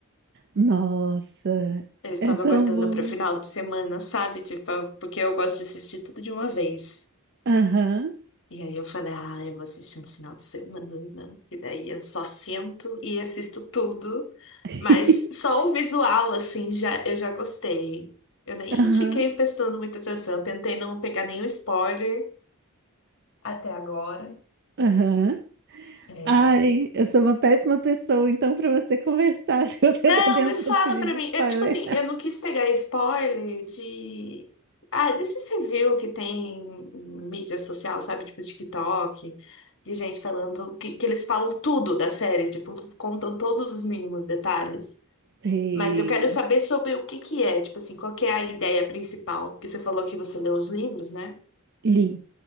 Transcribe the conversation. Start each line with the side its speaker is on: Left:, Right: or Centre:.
Right: Nossa,
Left: Eu estava
Right: é tão
Left: aguardando
Right: bom.
Left: para o final de semana, sabe? Tipo, porque eu gosto de assistir tudo de uma vez.
Right: Aham,
Left: E aí eu falei, ah, eu vou assistir no final de semana. né?" E daí eu só sento e assisto tudo.
Right: <laughs>
Left: Mas só o visual, assim, já, eu já gostei. Eu nem
Right: aham,
Left: fiquei prestando muita atenção. Eu tentei não pegar nenhum spoiler. até agora.
Right: aham.
Left: É.
Right: Ai, eu sou uma péssima pessoa, então, para você conversar, <laughs> se você
Left: Não,
Right: tá tentando
Left: mas fala
Right: fugir
Left: pra
Right: de
Left: mim.
Right: spoiler.
Left: Eu, tipo assim, eu não quis pegar spoiler de. Ah, desses review que tem em mídia social, sabe? Tipo TikTok, de gente falando. Que, que eles falam tudo da série, tipo, contam todos os mínimos detalhes.
Right: Sei,
Left: Mas eu quero saber sobre o que que é, tipo assim, qual que é a ideia principal? Porque você falou que você leu os livros, né?
Right: li.